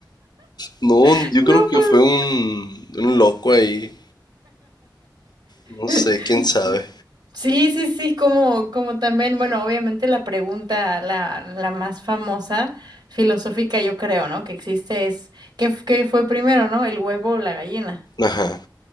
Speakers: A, on the left; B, on the right.
A: no,
B: <laughs>
A: yo
B: No,
A: creo que
B: pues.
A: fue un, un loco ahí No
B: <laughs>
A: sé, quién sabe.
B: Sí, sí, sí, como, como también, bueno, obviamente la pregunta, la, la más famosa, filosófica, yo creo, ¿no? Que existe es, ¿qué, f- qué fue primero, ¿no? ¿El huevo o la gallina?
A: Ajá.